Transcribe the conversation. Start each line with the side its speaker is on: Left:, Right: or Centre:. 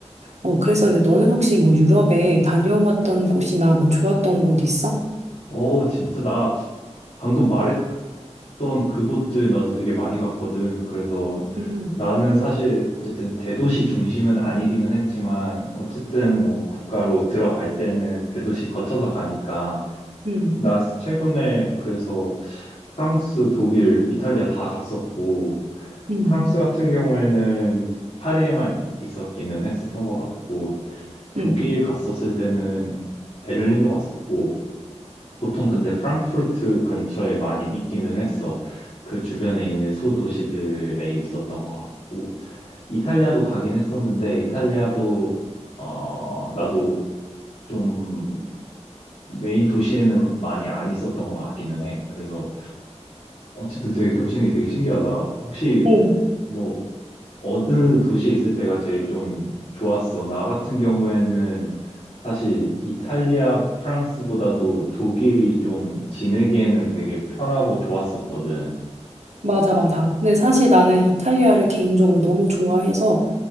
Right: 어, 그랬었는데 너는 혹시 뭐 유럽에 다녀왔던 곳이나 뭐 좋았던 곳 있어?
Left: 어, 진짜 나 방금 말했던 그곳들 나도 되게 많이 갔거든. 그래서
Right: 음.
Left: 나는 사실 어쨌든 대도시 중심은 아니기는 했지만 어쨌든 뭐 국가로 들어갈 때는 대도시 거쳐서 가니까
Right: 음,
Left: 나 최근에 그래서 프랑스, 독일, 이탈리아 다 갔었고
Right: 음,
Left: 프랑스 같은 경우에는 파리에만 있었기는 했었던 것 같고 독일
Right: 음.
Left: 갔었을 때는 베를린도 갔었고, 보통 근데 프랑크푸르트 근처에 많이 있기는 했어. 그 주변에 있는 소도시들에 있었던 것 같고, 이탈리아도 가긴 했었는데, 이탈리아도, 어, 나도 좀 메인 도시에는 많이 안 있었던 것 같기는 해. 그래서 어쨌든 되게 겹치는 게 되게 신기하다. 혹시
Right: 오,
Left: 뭐 어느 도시에 있을 때가 제일 좀 좋았어. 나 같은 경우에는 사실 이탈리아, 프랑스보다도 독일이 좀 지내기에는 되게 편하고 좋았었거든.
Right: 맞아, 맞아. 근데 사실 나는 이탈리아를 개인적으로 너무 좋아해서,